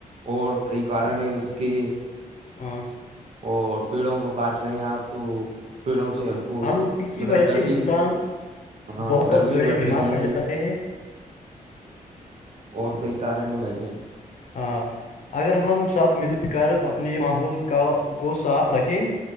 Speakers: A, on the right (about 45°); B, on the left (about 55°).
A: اور کئی کارن ہیں اس کے
B: ہا
A: اور پیڑوں کو کاٹ رہے ہیں آپ تو پیڑوں سے کو
B: آلودگی کی
A: مطلب
B: وجہ
A: گرمی
B: سے انسان
A: ہاں
B: بہت
A: گرمی
B: بڑے
A: بیٹھ رہی
B: بیمار پڑ
A: ہے
B: جاتے
A: <inaudible>
B: ہیں
A: اور کئی کار رہے ہیں بھائی جان
B: ہاں اگر ہم سب مل کر اپنے ماحول کا کو صاف رکھیں